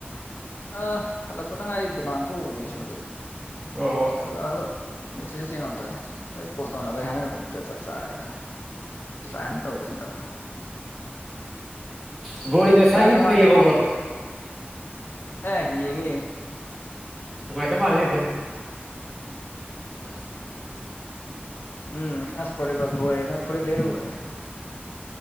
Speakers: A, on the left; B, in the centre.
A: ꯑ ꯍꯜꯂꯛꯄꯗꯪ ꯉꯥꯏ ꯗꯨꯀꯥꯟ ꯊꯣꯛꯎꯕꯅꯦ ꯑꯩꯁꯨ ꯑꯗꯨꯒ
B: ꯕ꯭ꯔꯣ
A: ꯍꯜꯂꯛꯑꯒ ꯃꯦꯁꯦꯖ ꯌꯦꯡꯉꯝꯕꯅꯦ ꯑꯩ ꯀ‌ꯣꯜ ꯇꯧꯅꯕꯒꯤ ꯍꯥꯏꯅꯔꯝꯕꯗꯨꯗ ꯆꯞ ꯆꯥꯔꯦꯗꯅ ꯇꯥꯏꯝ ꯇꯧꯒ ꯇꯧꯒ
B: ꯕ꯭ꯔꯣꯗꯤ ꯉꯁꯥꯏꯒꯤ
A: ꯌꯥꯝ ꯅꯨꯡꯉꯥꯏꯇꯕ
B: ꯄ꯭ꯂꯦ ꯌꯦꯡꯍꯧꯕ꯭ꯔꯣ
A: ꯑꯅ ꯑꯦ ꯌꯦꯡꯉꯦ ꯌꯦꯡꯉ
B: ꯅꯨꯡꯉꯥꯏꯇ ꯃꯥꯜꯂ‌ꯦ <unintelligible>
A: ꯎꯝ ꯑꯁ ꯄ꯭ꯔ‌ꯣꯇꯨꯒꯜ ꯊ‌ꯣꯏꯔꯦꯅ ꯐꯨꯔꯤꯠ ꯂꯩꯔꯕꯅꯤ